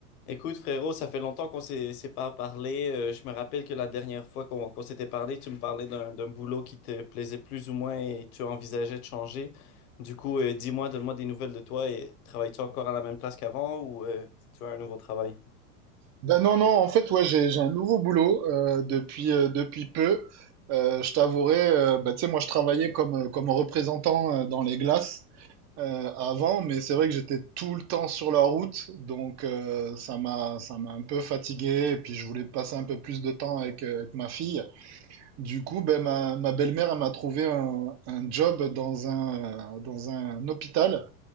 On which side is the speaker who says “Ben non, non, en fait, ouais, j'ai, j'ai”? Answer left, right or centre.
Right